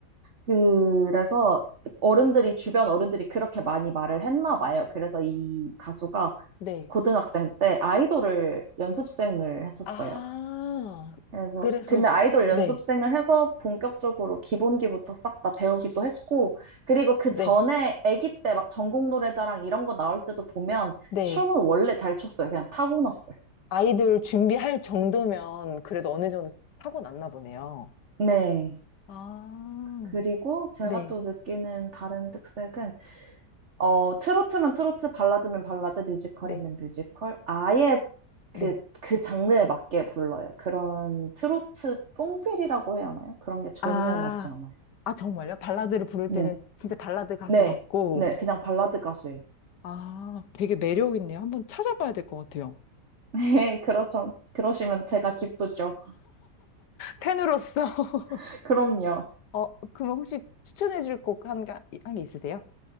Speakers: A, on the right; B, on the left.
A: 그래서 어른들이, 주변 어른들이 그렇게 많이 말을 했나 봐요. 그래서 이 가수가
B: 네.
A: 고등학생 때 아이돌을 연습생을 했었어요.
B: 아,
A: 그래서,
B: 그래서,
A: 근데 아이돌 연습생을
B: 네,
A: 해서 본격적으로 기본기부터 싹 다 배우기도 했고, 그리고 그
B: 네,
A: 전에 아기 때 막 전국 노래자랑 이런 거 나올 때도 보면
B: 네.
A: 춤은 원래 잘 췄어요. 그냥 타고났어요.
B: 아이들 준비할 정도면 그래도 어느 정도 타고났나 보네요.
A: 네.
B: 아,
A: 그리고 제가
B: 네,
A: 또 느끼는 다른 특색은 어, 트로트면 트로트, 발라드면 발라드, 뮤지컬이면
B: 네,
A: 뮤지컬. 아예
B: 네.
A: 그, 그 장르에 맞게 불러요. 그런 트로트 뽕필이라고 해야 하나요? 그런 게 전혀
B: 아,
A: 나지 않아요.
B: 아, 정말요? 발라드를 부를
A: 네.
B: 때는 진짜 발라드 가수
A: 네.
B: 같고,
A: 네. 그냥 발라드 가수예요.
B: 아, 되게 매력 있네요. 한번 찾아봐야 될 것 같아요.
A: <laughs> 네. 그러셔, 그러시면 제가 기쁘죠.
B: 팬으로서, <laughs>
A: <laughs> 그럼요.
B: 어, 그럼 혹시 추천해 줄 곡 한, 한 게 있으세요?